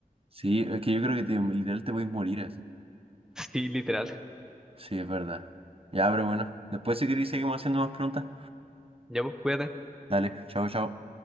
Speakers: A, on the right; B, in the centre.
A: sí, es que yo creo que te, literal te puedes morir así.
B: Sí, literal.
A: Sí, es verdad. Ya, pero bueno, después si queréis seguimos haciendo más preguntas.
B: Ya, pues, cuídate.
A: Dale, chao, chao.